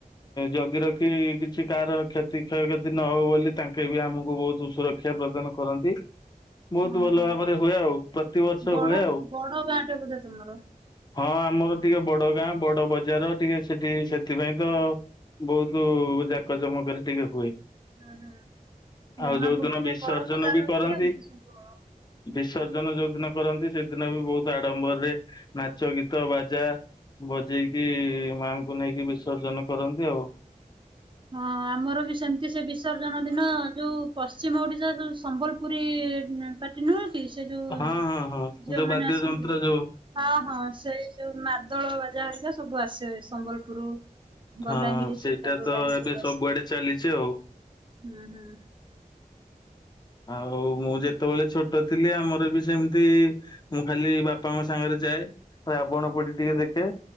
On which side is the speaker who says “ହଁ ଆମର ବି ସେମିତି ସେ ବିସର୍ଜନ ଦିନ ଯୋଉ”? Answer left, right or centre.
Right